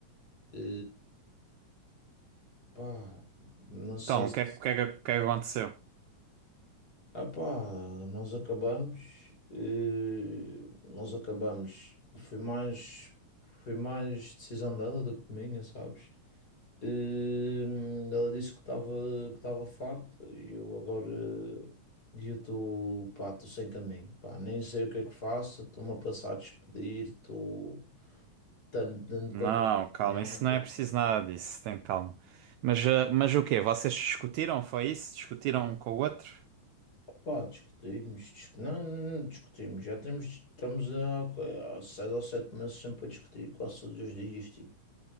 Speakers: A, on the left; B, on the right.
A: E, pá, não sei
B: Então,
A: se...
B: o que é, que o que é que o que é que aconteceu?
A: Opa, nós acabamos, e, nós acabamos. Foi mais, foi mais decisão dela do que minha, sabes? Hum, ela disse que estava que estava farta e eu agora e eu estou pá, estou sem caminho, pá, nem sei o que é que faço, estou-me a pensar a despedir, estou tanto dentro
B: Não,
A: com a cabeça
B: calma,
A: em água.
B: isso não é preciso nada disso, tem calma. Mas, ah, mas o quê? Vocês discutiram, foi isso? Discutiram um com o outro?
A: Pá, discutimos, dis- não, não, não discutimos, já temos, estamos há, há seis ou sete meses sempre a discutir quase todos os dias, tipo.